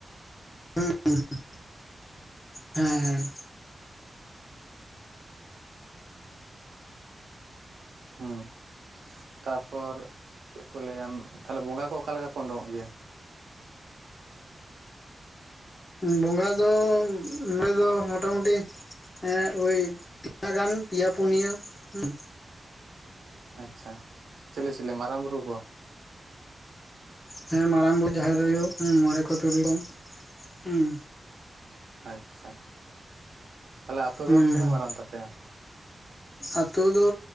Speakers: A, on the left; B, on the right.
A: ᱦᱮᱸ ᱦᱮᱸ ᱦᱮᱸ ᱦᱮᱸ ᱦᱮᱸ
B: ᱦᱮᱸ ᱛᱟᱯᱚᱨ ᱪᱮᱫ ᱠᱚ ᱞᱟᱹᱭ ᱛᱟᱦᱚᱞᱮ ᱵᱚᱸᱜᱟ ᱠᱚ ᱚᱠᱟ ᱞᱮᱠᱟ ᱠᱚ ᱩᱰᱩᱠᱚᱜ ᱜᱮᱭᱟ
A: ᱵᱚᱸᱜᱟ ᱫᱚ ᱱᱚᱰᱮ ᱫᱚ ᱢᱚᱴᱟᱢᱩᱴᱤᱼᱼ ᱦᱮᱸ ᱳᱭ ᱯᱮᱭᱟ ᱜᱟᱱ ᱯᱮᱭᱟ ᱯᱩᱱᱭᱟᱹ ᱦᱮᱸᱼᱼ
B: ᱟᱪᱪᱷᱟ ᱪᱮᱞᱮ ᱪᱤᱞᱤ ᱢᱟᱨᱟᱝ ᱵᱩᱨᱩ ᱠᱚ
A: ᱦᱮᱸ ᱢᱟᱨᱟᱝ ᱵᱩᱨᱩ ᱡᱟᱦᱮᱨ ᱟᱭᱳ ᱦᱮᱸ ᱢᱚᱬᱮ ᱠᱚ ᱛᱩᱨᱩᱭ ᱠᱚ ᱦᱮᱸᱼᱼ
B: ᱟᱪᱪᱷᱟ ᱛᱟᱦᱚᱞᱮ ᱟᱛᱳ
A: ᱦᱩᱸ
B: ᱫᱚ ᱛᱤᱱᱟᱹᱜ
A: ᱦᱩᱸ
B: ᱢᱟᱨᱟᱝ ᱛᱟᱯᱮᱭᱟ
A: ᱟᱛᱳ ᱫᱚ